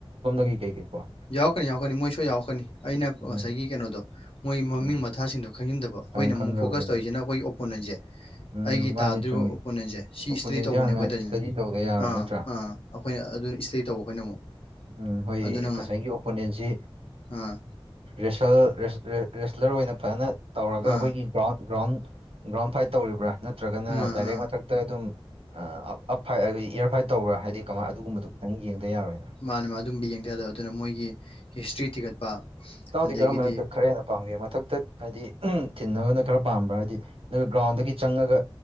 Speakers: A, on the right; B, on the left.
A: ꯀꯩ ꯀꯩꯒ‌‌ꯦꯀꯣ <inaudible>
B: ꯌꯥꯎꯔꯛꯀꯅꯤ ꯌꯥꯎꯔꯛꯀꯅꯤ ꯃꯣꯏꯁꯨ ꯌꯥꯎꯔꯛꯀꯅꯤ ꯑꯩꯅ
A: ꯎꯝ
B: ꯉꯁꯥꯏꯒꯤ ꯀꯩꯅꯣꯗꯣ ꯃꯣꯏ ꯃꯃꯤꯡ
A: ꯎꯝ
B: ꯃꯊꯥꯁꯤꯡꯗꯣ ꯈꯪꯖꯤꯟꯗꯕ ꯑꯩꯈꯣꯏꯅ
A: ꯈꯪ
B: ꯑꯃꯨꯛ
A: ꯈꯪꯗꯕꯒꯤꯅꯦ
B: ꯐꯣꯀꯁ ꯇꯧꯔꯤꯁꯤꯅ ꯑꯩꯈꯣꯏꯒꯤ ꯑꯣꯄꯣꯅꯦꯟꯁꯦ
A: ꯎꯝ
B: ꯑꯩꯒꯤ
A: ꯃꯥꯅꯤ
B: ꯇꯥꯗ꯭ꯔꯤꯕ
A: ꯆꯨꯝꯃꯤ
B: ꯑꯣꯄꯣꯅꯦꯟꯁꯦ ꯁꯤ
A: ꯑꯣꯄꯣꯅꯦꯟꯁꯦ
B: ꯏꯁꯇꯗꯤ ꯇꯧꯕꯅꯦ
A: ꯍꯥꯟꯅ
B: ꯑꯩꯈꯣꯏꯗꯅ
A: ꯏꯁꯇꯗꯤ ꯇꯧꯗ ꯌꯥꯔꯣꯏ
B: ꯑꯥ
A: ꯅꯠꯇ꯭ꯔꯥ
B: ꯑꯥ ꯑꯩꯈꯣꯏꯅ ꯑꯗꯨꯅ ꯏꯁꯇꯗꯤ ꯇꯧꯕ ꯑꯩꯈꯣꯏꯅ ꯑꯃꯨꯛ
A: ꯎꯝ ꯍꯣꯏ
B: ꯑꯗꯨꯅ
A: ꯉꯁꯥꯏꯒꯤ
B: ꯉꯥꯏ
A: ꯑꯣꯄꯣꯅꯦꯟꯁꯤ
B: ꯑꯥ
A: ꯔꯦꯁꯂꯔ ꯑꯣꯏꯅ ꯐꯖꯅ ꯇꯧꯔꯒ
B: ꯑꯥ
A: ꯑꯩꯈꯣꯏꯒꯤ ꯒ꯭ꯔꯥꯎꯟ ꯒ꯭ꯔꯥꯎꯟ ꯒ꯭ꯔꯥꯎꯟ ꯐꯥꯏꯠ ꯇꯧꯔꯤꯕ꯭ꯔꯥ ꯅꯠꯇ꯭ꯔꯒꯅ
B: ꯑꯥ
A: ꯗꯥꯏꯔꯦꯛ
B: ꯑꯥ
A: ꯃꯊꯛ ꯇ ꯑꯗꯨꯝꯞ ꯑꯞ ꯐꯥꯏ ꯏꯌꯥꯔ ꯐꯥꯏꯠ ꯇꯧꯕ꯭ꯔꯥ ꯍꯥꯏꯗꯤ ꯀꯃꯥꯏꯅ ꯑꯗꯨꯒꯨꯝꯕꯗꯨꯣ ꯈꯤꯇꯪ ꯌꯦꯡꯗ ꯌꯥꯔꯣꯏꯅ
B: ꯃꯥꯅ ꯃꯥ ꯑꯗꯨꯝꯕ ꯌꯦꯡꯊꯗꯕ ꯑꯗꯨꯅ ꯃꯣꯏꯒꯤ ꯍꯤꯁꯇ꯭ꯔꯤ ꯊꯤꯒꯠꯄ
A: ꯇꯥꯎꯗꯤ
B: ꯑꯗꯒꯤꯗꯤ
A: ꯀꯔꯝꯕꯅ ꯈꯔꯍ‌ꯦꯟꯅ ꯄꯥꯝꯒꯦ ꯃꯊꯛꯇ ꯍꯥꯏꯗꯤ ꯊꯤꯟꯅꯕꯅ ꯈꯔ ꯄꯥꯝꯕ꯭ꯔꯥ ꯍꯥꯏꯗꯤ ꯅꯣꯏ ꯒ꯭ꯔꯥꯎꯟꯗꯒꯤ ꯆꯪꯉꯒ